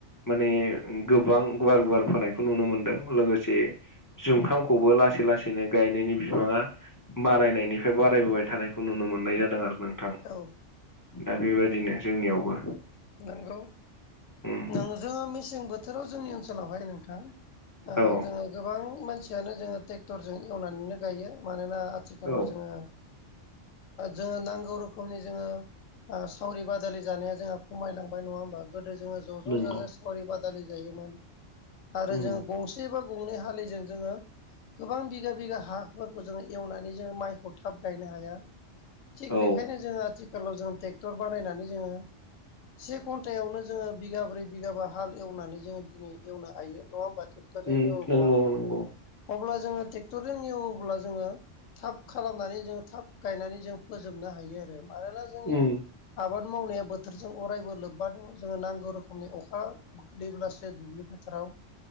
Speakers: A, on the left (about 25°); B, on the left (about 85°).
A: माने गोबां गुवार गुवार फोनायखौ नुनो मोनदों लोगोसे जुमखामखौबो लासै लासैनो गायनायनि बिबाङा बारायनायनि बेफ्राय बारायबोबाय थानायखौ नुनो मोननाय जादों आरो नोंथां।
B: औ
A: दा बेबायदिनो जोंनियावबो
B: नंगौ
A: उम
B: नों जोङो मेसें बोथोराव जोंनि ओनसोलावहाय नों थां
A: औ
B: जोङो गोबां मानसियानो जोङो ट्रेक्टरजों एवनानैनो गायो मानोना आथिखालाव
A: औ
B: जोङो जोङो नांगौ रोखोमनि जोङो सावरि बादालि जानाया जोहा खमायलांबाय नङा होमबा गोदो जोङो ज' ज'
A: नंगौ
B: जाजाय सावरि बादालि जायोमोन आरो
A: उम
B: जोङो गंसे बा गंनै हालिजों जोङो गोबां बिगा बिगा हाफोरखौ जोङो एवनानै जोङो माइखौ थाब गायनो हाया थिग
A: औ
B: बेखायनो जोङो आथिखालाव जोंङ ट्रेक्टर बानायनानै जोङो से घन्टायावनो जोङो बिगाब्रै बिगाबा हाल एवनानै जोङो दिनै एवनो हायो नङा होमबा ट्रेक्टर
A: उम
B: एवोब्ला
A: नंगौ नंगौ
B: अब्ला जोङो ट्रेक्टरजों एवोब्ला जोङो थाब खालामनानै जों थाब गायनानै जों फोजोबनो हायो आरो। मानोना जोंनि
A: उम
B: आबाद मावनाया बोथोरजों अरायबो लोब्बा दङ जोङो नांगौ रोखोमनि अखा गोग्लैब्लासो दुब्लि फोथाराव